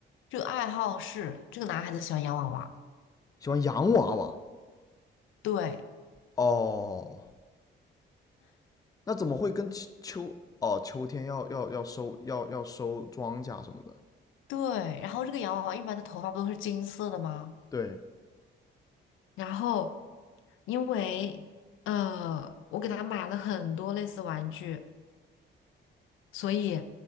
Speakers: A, on the left; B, on the left.
A: 这个爱好是这个男孩子喜欢洋娃娃，
B: 喜欢洋娃娃
A: 对
B: 哦，那怎么会跟秋哦秋天要要要收要要收庄稼什么的？
A: 对。然后这个洋娃娃一般的头发不都是金色的吗？
B: 对，
A: 然后因为呃，我给他买了很多类似玩具，所以